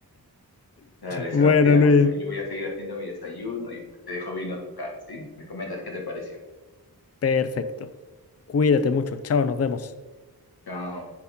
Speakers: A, on the left; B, on the left.
A: Dale, Sebastián,
B: Bueno, Luis.
A: yo voy a seguir haciendo mi desayuno y pues te dejo vino a tu cara, ¿sí? Me comentas qué te pareció.
B: Perfecto. Cuídate mucho. Chao, nos vemos.
A: Chao.